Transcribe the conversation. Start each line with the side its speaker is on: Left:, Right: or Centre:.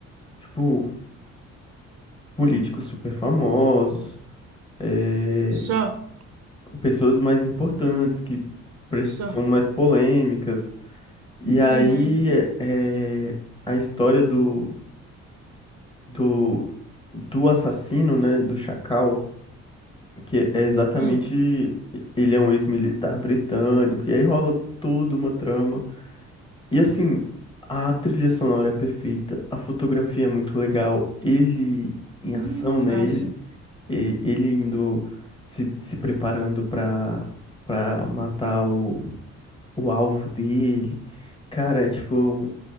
Left: tipo, políticos super famosos, é,
Right: só,
Left: pessoas mais importantes, que pre-
Right: só.
Left: são mais polêmicas. E aí,
Right: Uhum.
Left: é, é, a história do, do, do assassino, né, do Chacal, que é exatamente
Right: Hum.
Left: ele é um ex-militar britânico, e aí rola toda uma trama. E assim, a trilha sonora é perfeita, a fotografia é muito legal, ele em
Right: Hum,
Left: ação, né?
Right: massa.
Left: Ele, e- ele indo se, se preparando pra, pra matar o, o alvo dele. Cara, é, tipo,